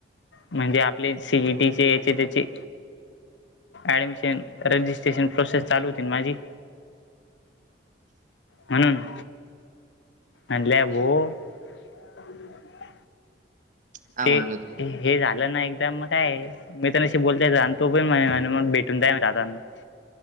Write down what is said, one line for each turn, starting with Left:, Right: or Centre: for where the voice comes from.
Left: म्हणजे आपले सी ई टी चे याचे त्याचे. ऍडमिशन रजिस्ट्रेशन प्रोसेस चालू होती माझी. म्हणून. आणल्या गो <unintelligible>
Right: काय
Left: ते
Right: म्हणलं तू
Left: हे झालं ना एकदा मग काय. मी तर शी बोलतायच आणि तो पण माझ्या भेटून <unintelligible>